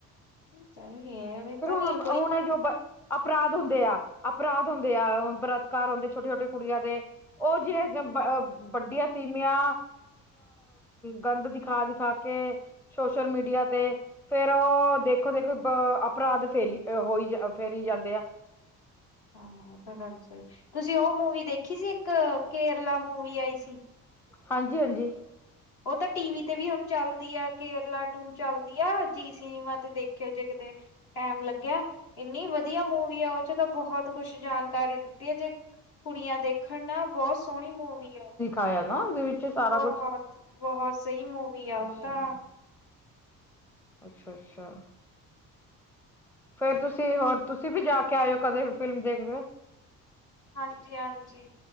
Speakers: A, on the left; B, in the centre.
A: ਚਾਹੀਏ ਐਵੇਂ
B: ਫਿਰ
A: ਤਾਂ
B: ਹੁਣ
A: ਨੀ ਕੋਈ
B: ਹੁਣ ਜੋ ਅਪਰਾਧ ਹੁੰਦੇ ਆ ਅਪਰਾਧ ਹੁੰਦੇ ਆ ਬਲਾਤਕਾਰ ਹੁੰਦੇ ਆ ਛੋਟੇ ਛੋਟੇ ਕੁੜੀਆਂ ਦੇ ਉਹ ਜੇ ਵੱਡੀਆਂ ਤੀਮੀਆਂ ਗੰਦ ਦਿਖਾ ਦਿਖਾ ਕੇ ਸੋਸ਼ਲ ਮੀਡੀਆ ਤੇ ਫੇਰ ਉਹ ਦੇਖੋ ਦੇਖੋ ਅ ਅਪਰਾਧ ਫੇਲੀ ਹੋਈ ਫੇਰੀ ਜਾਂਦੇ ਆ।
A: ਹਾਂ। ਉਹ ਤਾਂ ਗੱਲ ਸਹੀ ਤੁਸੀਂ ਉਹ ਮੂਵੀ ਦੇਖੀ ਸੀ ਇੱਕ ਕੇਰਲਾ ਮੂਵੀ ਆਈ ਸੀ।
B: ਹਾਂਜੀ - ਹਾਂਜੀ।
A: ਉਹ ਤਾਂ ਟੀ ਵੀ ਤੇ ਵੀ ਹੁਣ ਚੱਲਦੀ ਆ ਕੇਰਲਾ ਟੂ ਚੱਲਦੀ ਆ ਜੀ ਸਿਨਮਾ ਤੇ ਦੇਖੇ ਜੇ ਕਿਤੇ ਟੈਮ ਲੱਗਿਆ। ਇੰਨੀ ਵਧੀਆ ਮੂਵੀ ਆ ਉਹ ਚ ਤਾਂ ਬਹੁਤ ਕੁਛ ਜਾਣਕਾਰੀ ਦਿੱਤੀ ਹੈ ਜੇ ਕੁੜੀਆਂ ਦੇਖ ਖੰਨਾ ਬਹੁਤ ਸੋਹਣੀ ਮੂਵੀ ਆ ਉਹ
B: ਆਇਆ ਨਾ ਉਹਦੇ ਵਿੱਚ ਸਾਰਾ
A: ਬਹੁਤ-
B: ਕੁਛ
A: ਬਹੁਤ ਸਹੀ ਮੂਵੀ ਆ ਉਹ
B: ਅੱਛਾ
A: ਤਾ
B: ਅੱਛਾ- ਅੱਛਾ ਫੇਰ ਤੁਸੀਂ ਹੋਰ ਤੁਸੀਂ ਵੀ ਜਾ ਕੇ ਆਇਓ ਕਦੇ ਵੀ ਫਿਲਮ ਦੇਖ ਲਓ।
A: ਹਾਂਜੀ- ਹਾਂਜੀ